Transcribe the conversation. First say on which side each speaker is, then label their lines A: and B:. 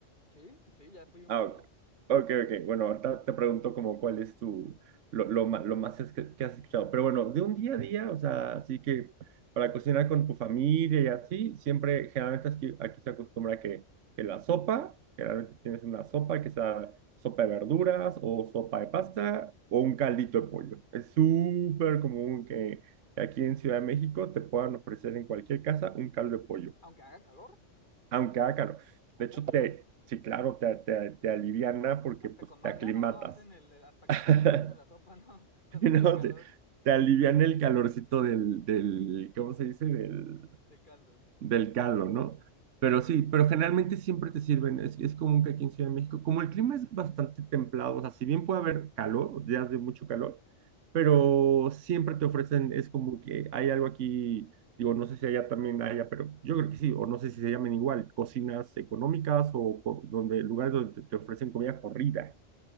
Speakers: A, on the left; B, on the right.
A: Sí, sí, ya fui un
B: Ah,
A: par
B: ok,
A: de veces.
B: ok. ok. Bueno, ahorita te pregunto como cuál es tu, lo, lo, ma- lo más es que, que has escuchado. Pero bueno, de un día a día, o sea, así que para cocinar con tu familia y así, siempre, generalmente aquí, aquí se acostumbra que, que la sopa, generalmente tienes una sopa que sea sopa de verduras o sopa de pasta o un caldito de pollo. Es súper común que, aquí en Ciudad de México te puedan ofrecer en cualquier casa un caldo de pollo,
A: Aunque haga calor,
B: aunque haga calor.
A: ¿a
B: De
A: poco?
B: hecho, te, sí, claro, te, te, te aliviana porque
A: Hasta
B: pues,
A: con más
B: te aclimatas.
A: ganas, ¿no? Hacen el, el- hasta con
B: <laughs>
A: más ganas hacen la sopa, ¿no? <laughs> Cuando
B: No,
A: hace calor
B: te, te aliviana el calorcito del, del, ¿cómo se dice? Del,
A: del caldo.
B: del caldo, ¿no?
A: Sí,
B: Pero
A: sí,
B: sí,
A: sí.
B: pero generalmente siempre te sirven, es, es común que aquí en Ciudad de México, como el clima es bastante templado, o sea, si bien puede haber calor, días de mucho calor, pero siempre te ofrecen, es como que hay algo aquí, digo, no sé si allá también haya, pero yo creo que sí, o no sé si se llamen igual, cocinas económicas o, co- donde lugares donde te, te ofrecen comida corrida,